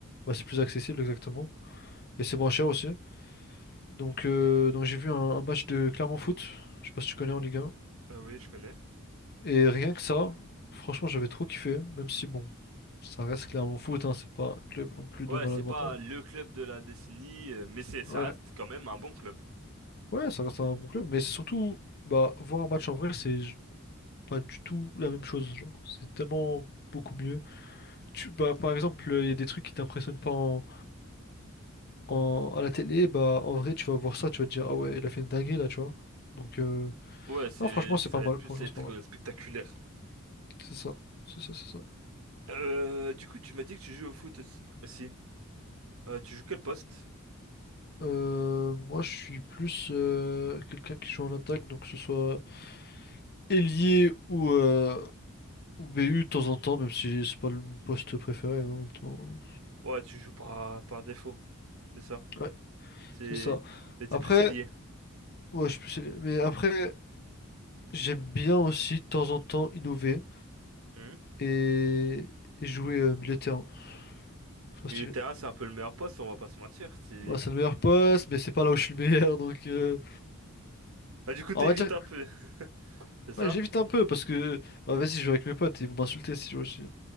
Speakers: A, on the left; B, on the right.
A: bah, c'est plus accessible exactement. Et c'est moins cher aussi. Donc, euh, donc j'ai vu un, un match de Clermont Foot. Je sais pas si tu connais en Ligue 1.
B: Ah oui, je connais.
A: Et rien que ça, franchement, j'avais trop kiffé. Même si, bon, ça reste Clermont Foot, hein, c'est pas un club non plus
B: Ouais,
A: de malade
B: c'est pas
A: mental.
B: le club de la décennie, euh, mais c'est ça
A: Ouais,
B: reste quand même un bon club.
A: ouais, ça reste un bon club. Mais c'est surtout, bah, voir un match en vrai, c'est j- pas du tout la même chose. Genre, c'est tellement beaucoup mieux. Tu, bah, par exemple, il y a des trucs qui t'impressionnent pas en, en- à la télé. Bah, en vrai, tu vas voir ça, tu vas te dire, ah ouais, il a fait une dinguerie là, tu vois. Donc, euh,
B: Ouais, c'est
A: non, franchement,
B: ça
A: c'est pas
B: va
A: mal.
B: être plus
A: Franchement,
B: être
A: c'est pas mal.
B: euh, spectaculaire.
A: C'est ça, c'est ça, c'est ça.
B: Euh, du coup, tu m'as dit que tu joues au foot aussi. aussi. Euh, tu joues quel poste?
A: Euh, moi, je suis plus euh, quelqu'un qui joue en attaque, donc que ce soit ailier ou, euh, ou BU de temps en temps, même si c'est pas le- mon poste préféré, hein, honnêtement.
B: Ouais, tu joues par par défaut, c'est ça.
A: Ouais,
B: C'est
A: c'est ça.
B: mais t'es
A: Après,
B: plus ailier.
A: ouais, je suis plus ailier. Mais après, j'aime bien aussi de temps en temps innover
B: Mhm.
A: et, et jouer euh, milieu de terrain. Je trouve
B: Milieu
A: stylé.
B: de terrain, c'est un peu le meilleur poste, on va pas se mentir. C'est...
A: Ouais, c'est le meilleur poste, mais c'est pas là où je suis le meilleur, donc euh,
B: Ah, du coup,
A: on
B: t'évites
A: va dire,
B: un peu, <laughs> c'est ça?
A: ouais, j'évite un peu parce que bah vas-y, je joue avec mes potes, ils vont m'insulter si je joue aussi.